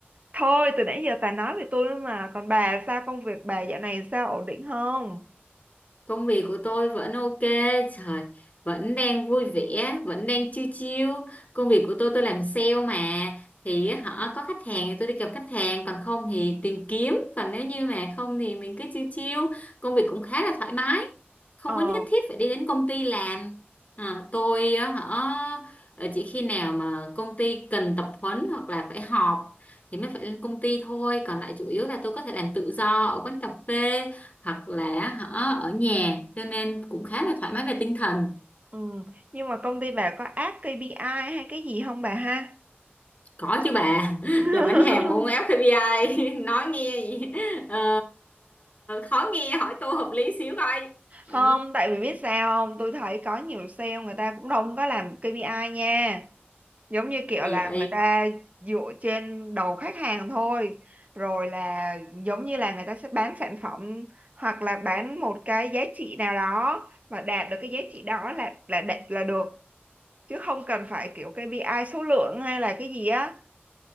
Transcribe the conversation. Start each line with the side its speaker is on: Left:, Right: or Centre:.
Right: Thôi từ nãy giờ bà nói về tôi mà Còn bà sao công việc bà dạo này sao ổn định không
Left: Công việc của tôi vẫn ok, trời, vẫn đang vui vẻ, vẫn đang chill chill. Công việc của tôi tôi làm sale mà, thì họ có khách hàng thì tôi đi gặp khách hàng, còn không thì tìm kiếm, còn nếu như mà không thì mình cứ chill chill. Công việc cũng khá là thoải mái, không
Right: Ờ
Left: có nhất thiết phải đi đến công ty làm. À, tôi á, họ chỉ khi nào mà công ty cần tập huấn hoặc là phải họp thì mới phải lên công ty thôi, còn lại chủ yếu là tôi có thể làm tự do ở quán cà phê hoặc là hả, ở nhà cho nên cũng khá là thoải mái về tinh thần
Right: ừ. Nhưng mà công ty bà có áp KPI hay cái gì không bà ha
Left: có chứ bà
Right: <laughs>
Left: <laughs> làm bánh hàng mà không ép ca pê I <laughs> nói nghe gì ờ, khó nghe hỏi câu hợp lý xíu coi ừ.
Right: Không tại vì biết sao không Tôi thấy có nhiều sale người ta cũng không có làm KPI nha Giống như kiểu
Left: gì
Right: là
Left: vậy
Right: người ta dựa trên đầu khách hàng thôi Rồi là giống như là người ta sẽ bán sản phẩm Hoặc là bán một cái giá trị nào đó Mà đạt được cái giá trị đó là là đạt là được chứ không cần phải kiểu KPI số lượng hay là cái gì á